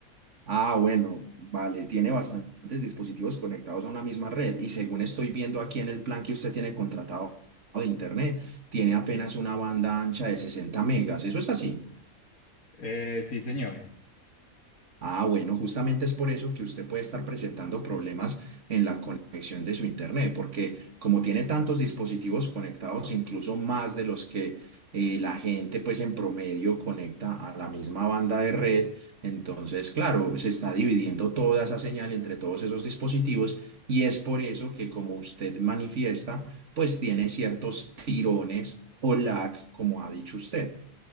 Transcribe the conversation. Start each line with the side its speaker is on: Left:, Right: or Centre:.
Right: Ah, bueno, vale, tiene bastantes dispositivos conectados a una misma red y según estoy viendo aquí en el plan que usted tiene contratado de internet, tiene apenas una banda ancha de 60 megas. ¿Eso es así?
Left: Eh, sí, señor.
Right: Ah, bueno, justamente es por eso que usted puede estar presentando problemas en la conexión de su internet, porque como tiene tantos dispositivos conectados, incluso más de los que eh, la gente pues en promedio conecta a la misma banda de red, entonces claro, se está dividiendo toda esa señal entre todos esos dispositivos y es por eso que como usted manifiesta, pues tiene ciertos tirones o lag, como ha dicho usted.